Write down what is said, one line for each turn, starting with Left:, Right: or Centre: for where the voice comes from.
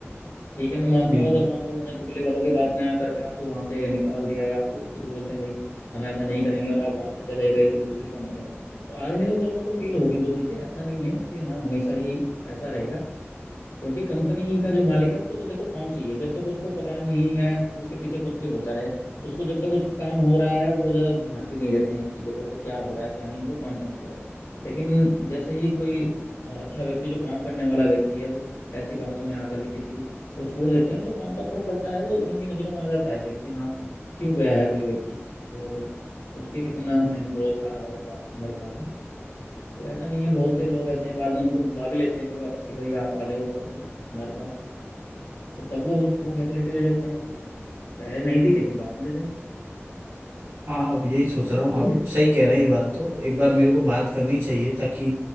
Left: ठीक है मैं मानता
Right: बिल्कुल
Left: हूँ अगर मान लो उन्होंने चुगली वालों की बात में आकर के आपको वहां से निकाल दिया या वो खुद बोलते हैं भाई हम ऐसा नहीं करेंगे और आप वहां से चले गए किसी दूसरी कंपनी में तो आज नहीं तो कल उनको फील होगी वो चीजें ऐसा नहीं है कि हाँ हमेशा ही ऐसा रहेगा क्योंकि कंपनी का जो मालिक है उसको तो देखो काम चाहिए जब तक उसको पता नहीं है उसके पीछे कुछ भी होता रहे उसको जब तक उसका काम हो रहा है वो ज्यादा ध्यान भी नहीं देते हैं इन चीजों पर कि क्या हो रहा है क्या नहीं इनको काम से मतलब है लेकिन जैसे ही कोई अ, अच्छा व्यक्ति जो काम करने वाला व्यक्ति है वो ऐसी बातों में आकर के किसी की वो छोड़ देते हैं तो काम पर फर्क पड़ता है वो उनकी नजरों में आ जाता है फिर कि हाँ क्यों गया है कोई व्यक्ति और उसके कितना अहम रोल था हमारे पास हमारे साथ में। तो ऐसा नहीं है बहुत से लोग ऐसे हैं बाद में उनको बुला भी लेते हैं फिर वापस कि भाई आप आ जाओ वापस से हमारे पास तो तब वो उस- वो फैसिलिटी दे देते हैं आपको पहले नहीं दी लेकिन बाद में दे देंगे
Right: हाँ अब यही सोच
Left: तो
Right: रहा
Left: ऐसा
Right: हूँ आप
Left: भी है
Right: सही कह रहे हैं ये बात तो एक बार मेरे को बात करनी चाहिए ताकि